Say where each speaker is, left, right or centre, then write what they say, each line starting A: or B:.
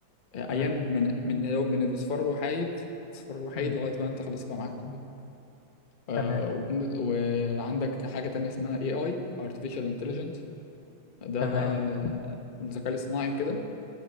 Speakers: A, on the left; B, on the left.
A: آه،
B: تمام
A: ايام من من من الاصفار الوحيد الاصفار الوحيد
B: امم
A: لغايه بقى انت خلاص بقى معاك آه،
B: تمام
A: وبن- وعندك حاجة تانية اسمها AI Artificial Intelligence ده
B: تمام
A: بقى آه، الذكاء الاصطناعي وكده